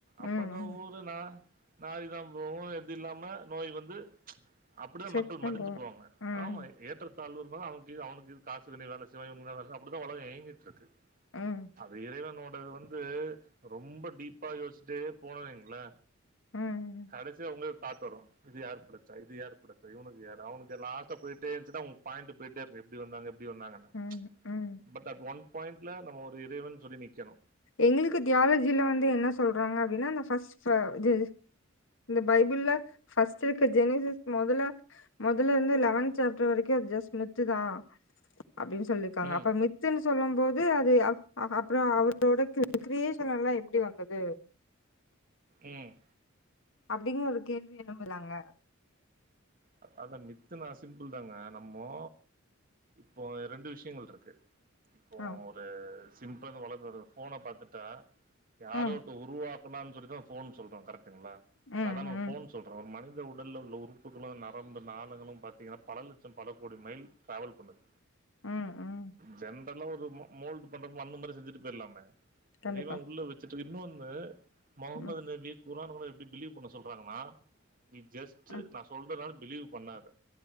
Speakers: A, on the right; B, on the left.
A: அப்பதா
B: ம் ம்
A: ஊரு நா நாரிதா போகு எது இல்லா நோய் வந்து ச் அப்டிதா
B: சேத்துதா
A: மக்கள் மடிஞ்சு
B: போவோ
A: போவாங்க
B: ம்
A: ஆமா ஏற்றத் <unintelligible> அவ்னுக்கு கீழ அவனுக்கு காசு வெளிய வேல செய்யவங்க <inaudible> அப்டிதா உலக இயங்கிட்டு இருக்கு
B: ம்
A: அது இறைவனோடது வந்து ரொம்ப டீப்பா யோசிச்சுட்டே போன வைக்கலே
B: ம்
A: கடைசிய அவுங்கள பாத்துர்ரோ இது யாரு படச்சா இது யாருபடச்சா உனக்குயாரு அவுனுக்குயாரு லாஸ்டா போய்ட்டே இருந்துச்சுன்னா ஒ பாயிண்ட்டுக்கு போய்ட்டே இருக்கு எப்டி வந்தாங்க எப்டி வந்தாங்கன்ன
B: ம் ம்
A: பட் அட் ஒன் பாயிண்ட்ல நம்ம ஒரு இறைவன்னு சொல்லி நிக்கணு
B: எங்களுக்கு தியாலஜில வந்து என்ன சொல்றாங்க அப்டின்னா தே <unintelligible> இது இந்த பைபிள்ல ஃபர்ஸ்ட் இருக்க ஜெனிசஸ் மொதல்ல மொதல்ல இருந்து லெவன்த் சாப்டர் வரைக்கு அது ஜஸ்ட மித்து தா அப்டின்னு சொல்லிய்ருக்காங்க
A: ம்
B: அப்ப மித்துன்னு சொல்லு போது அது அப் ஆ அப்பறோ அவ் ப்ரொட் க் கிரியேஷன் எல்லா எப்டி வந்தது
A: ம்
B: அப்டிங்குற ஒரு கேள்வி எழுப்புலாங்க
A: அ அத நித்துனா சிம்பிள் தாங்க நம்மோ இப்போ இரண்டு விஷ்யங்கள் இருக்கு இப்போ
B: ஆ
A: ஒரு சிம்பளந்து வளர ஃபோன பாத்துட்டா யார
B: ம்,
A: ஒருத்த உருவாக் பண்ணங்கனு சொல்லிதா ஃபோன் சொல்றே கரெக்டங்கள
B: ம்,
A: சாதாரண ஒரு
B: ம்,
A: ஃபோன் சொல்ற ஒரு மனித உடல உள்ள உறுப்பு களு நரம்பு நாளங்களு பாத்தீங்கன்னா பல லட்சம் பல கோடி மைல் ட்ராவல் பண்ணுது
B: ம், ம்.
A: ஜென்ரலா ஒரு மோ மோல்டு பண்றப்போ அந்த மாரி செஞ்சுட்டு போய்டலாமே
B: கண்டிப்பா.
A: இறைவ உள்ள வச்சுட்டு இன்னோனு முகமது
B: ம்,
A: நபி குர்ஆன் ஓத எப்டி பிலீவ் பண்ண சொல்றாங்கன்னா நீ ஜஸ்டு
B: ம்,
A: நா சொல்றதலா பிலீவ் பண்ணாத